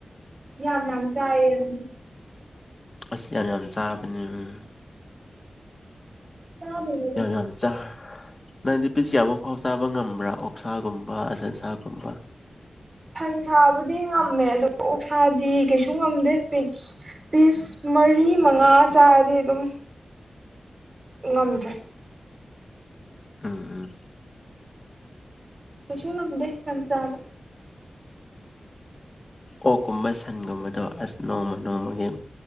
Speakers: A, on the right (about 35°); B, on the left (about 30°).
A: ꯌꯥꯝ ꯌꯥꯝ ꯆꯥꯏꯌꯦ <inaudible>
B: ꯑꯁ ꯌꯥꯝ ꯌꯥꯝ ꯆꯥꯕꯅꯦ ꯎꯝ
A: ꯆꯥꯗꯣꯏꯅꯤꯗ
B: <inaudible> ꯅꯪꯗꯤ ꯄꯤꯁ ꯀꯌꯥꯃꯨꯛ ꯐꯥꯎ ꯆꯥꯕ ꯉꯝꯕ꯭ꯔꯥ ꯑꯣꯛꯁꯥꯒꯨꯝꯕ ꯁꯟꯁꯥꯒꯨꯝꯕ꯫
A: ꯁꯟꯁꯥꯕꯨꯗꯤ ꯉꯝꯃꯦ ꯑꯗꯣ ꯑꯣꯛꯁꯥꯗꯤ ꯀꯩꯁꯨ ꯉꯝꯗꯦ ꯄꯤꯇꯁ ꯄꯤꯁ ꯃꯔꯤ ꯃꯉꯥ ꯆꯥꯔꯗꯤ ꯑꯗꯨꯝ꯫ ꯉꯝꯗ꯭ꯔꯦ꯫
B: ꯎꯝ꯫
A: ꯀꯩꯁꯨ ꯉꯝꯗꯦ ꯌꯥꯝ ꯆꯥꯕ꯫
B: ꯑꯣꯛꯀꯨꯝꯕ ꯁꯟꯒꯨꯝꯕꯗꯣ ꯑꯁ ꯅꯣꯡꯃ ꯅꯣꯡꯃꯒꯤ꯫